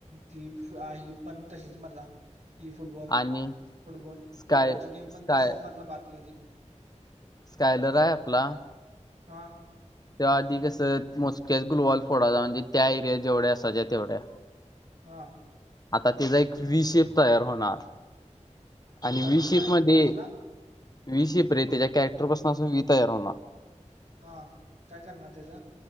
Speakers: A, on the right (about 65°); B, on the left (about 30°).
A: ती आहे पण तशीच मर्दा ही फुटबॉल
B: आणि
A: फुटबॉल
B: स्काय
A: फुटबॉलची गेम
B: स्काय
A: पण तशीच मर्दा बाद केली?
B: स्कायलर आहे आपला?
A: हा.
B: त्या आधी कसं मोजक्याच गुलवाल फोर्डाचा म्हणजे त्या एरियात जेवढ्या असायच्या तेवढ्या.
A: हां.
B: आता त्याचा एक विशेप तयार होणार आणि
A: काय
B: विशेप
A: काय
B: मध्ये
A: कसला
B: वी शिप रे त्याच्या कॅरेक्टर पासून अस वी तयार होणार.
A: हा काय करणार तेज